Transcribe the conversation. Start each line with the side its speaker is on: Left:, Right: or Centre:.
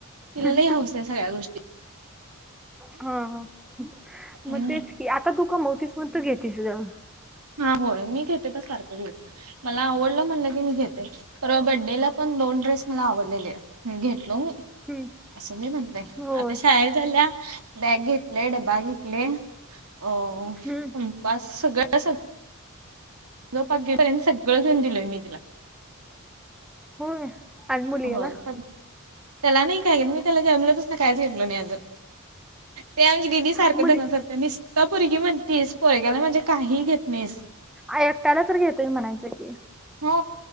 Right: तिला
Centre: हम्म
Right: लै हौस आहे सगळ्या गोष्टी.
Centre: हां हां..
Right: हम्म
Centre: मग तेच की आता तू, कमवतीस मग तु घेतीस गं.
Right: हां होय मी घेते बाई सारखं तीला, मला आवडलं म्हणलं की मी येतोय. परवा बड्डेला पण, दोन ड्रेस मला आवडलेले घेतलो मी.
Centre: हम्म
Right: असं मी म्हणतंय
Centre: होय
Right: आता शाळेला चालल्या. बॅग घेतले डबा घेतले, अ
Centre: हम्म
Right: कंपास सगळं सगळं. <unintelligible> सगळं घेऊन दिलोय मी तिला.
Centre: होय. आणि मुलग्याला
Right: होय. त्याला नाही काय मी त्याला, जन्मल्यापासून कायच घेतलो नाही अजून. ते आमचे दिदी सारखं
Centre: मुली
Right: दंगा करत्या निस आता पोरगी म्हणतीस, पोरग्याला माझ्या काही घेत नाहीसं.
Centre: आं.. एकट्यायला तर घेतोय म्हणायचं की.
Right: हो